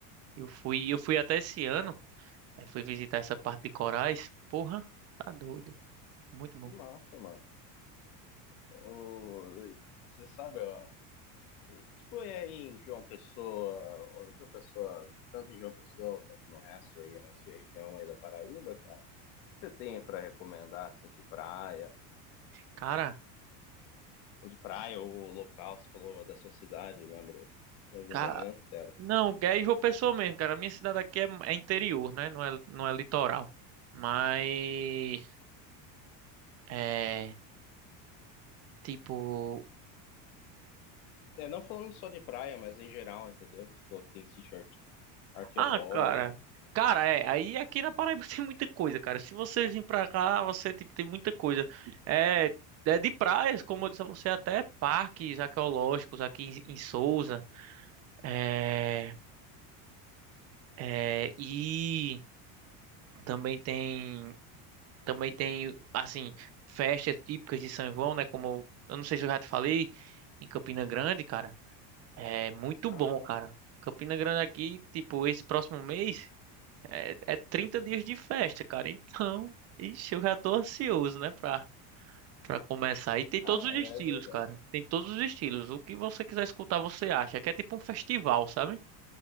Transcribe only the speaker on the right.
Eu fui, eu fui até esse ano. Eu fui visitar essa parte de corais. Porra, tá doido. Muito bom.
Cara,
cara.
Não, é João Pessoa mesmo, cara. A minha cidade aqui é, é interior, né? Não é, não é litoral. Mas. É. Tipo.
Ah, cara. Cara, é, aí aqui na Paraíba <laughs> tem muita coisa, cara. Se você vir pra cá, você tipo, tem muita coisa. É, é de praias, como eu disse a você, até parques arqueológicos aqui em, em Sousa. É, é, e também tem, também tem, assim, festas típicas de São João, né? Como eu eu não sei se eu já te falei, em Campina Grande, cara. É muito
bom, cara. Campina Grande aqui, tipo, esse próximo mês. É, é 30 dias de festa, cara. Então, ixi, eu já tô ansioso, né, pra, pra começar. E tem todos
os
estilos,
cara. Tem todos os estilos. O que você quiser escutar, você acha. Que é tipo um festival, sabe?